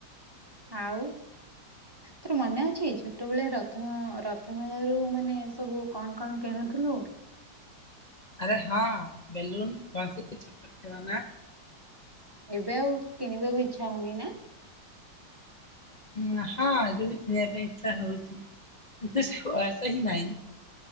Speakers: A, on the right (about 15°); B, on the left (about 35°).
A: ଆଉ। ତୋର ମନେ ଅଛି ଛୋଟବେଳେ ରଥ ରଥ ମେଳରୁ ମାନେ ସବୁ କଣ କଣ କିଣୁଥିଲୁ।
B: ଆରେ ହଁ ବେଲୁନ <unintelligible> ଛୋଟ ଖେଳାନା।
A: ଏବେ ଆଉ କିଣିବାକୁ ଇଚ୍ଛା ହଉନି ନା?
B: ନା ହଁ ଏବେ ବି କିଣିବା ପାଇଁ ଇଚ୍ଛା ହଉଛି କିନ୍ତୁ ସେ ବୟସ ହି ନାହିଁ।